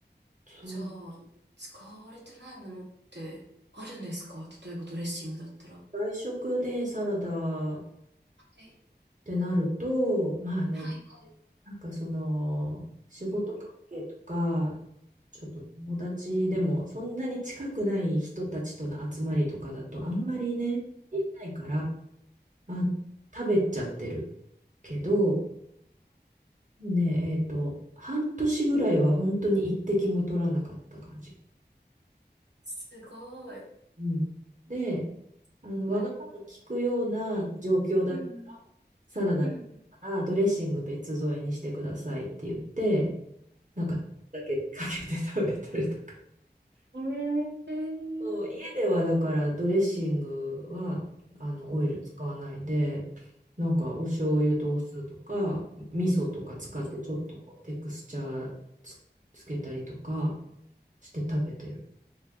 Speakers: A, on the right; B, on the right.
A: そう、
B: じゃあ、使われてないものってあるんですか例えばドレッシングだったら。は
A: 外食でサラダっ
B: い。
A: てなると、まあね、
B: はい。
A: なんかその、仕事関係とか、ちょっと友達でも、そんなに近くない人たちとの集まりとかだと、あんまりね、言えないから、あ、食べちゃってるけど、もうね、えっと、半年ぐらいは本当に一滴も取らなかった感じ。
B: すごい。
A: うん。で、あの、わがまま聞くような状況だったら、
B: はい。うん
A: サラダだったらドレッシング別添えにしてくださいって言って、
B: うん。
A: なんか、だけかけて食べたりとか。
B: ええー、
A: そう家ではだからドレッシングはあのオイル使わないで、なんかお醤油とお酢とか、味噌とか使ってちょっとこうテクスチャーつ、つけたりとかして食べてる。